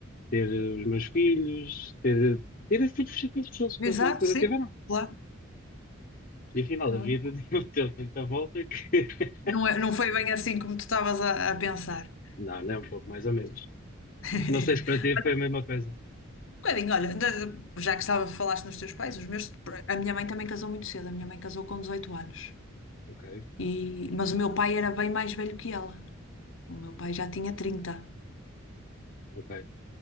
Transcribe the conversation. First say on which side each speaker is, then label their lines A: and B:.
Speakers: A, on the left (about 40°); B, on the left (about 65°).
A: ter os meus filhos, ter, ter os filhos filhos que eles que
B: Exato,
A: eles na altura
B: sim,
A: tiveram.
B: claro.
A: E afinal,
B: Olha,
A: a vida <laughs> deu tanta volta que... <laughs>
B: Não é, não foi bem assim como tu estavas a, a pensar.
A: Não, não é um pouco mais ou menos.
B: <laughs>
A: Não sei se para ti foi a mesma coisa.
B: Um bocadinho, olha, de- já que estava, falaste nos teus pais, os meus, a minha mãe também casou muito cedo, a minha mãe casou com 18 anos.
A: Ok,
B: E, mas o meu pai era bem mais velho que ela. O meu pai já tinha 30.
A: ok.